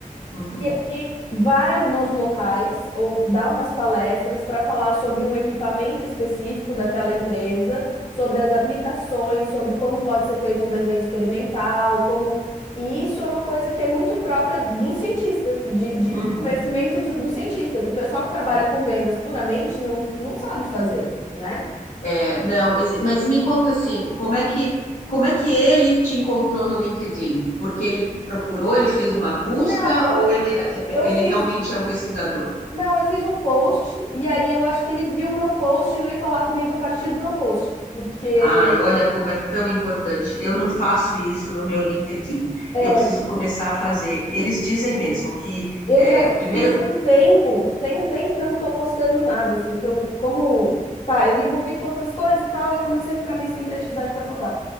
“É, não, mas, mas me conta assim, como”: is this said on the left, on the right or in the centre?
Left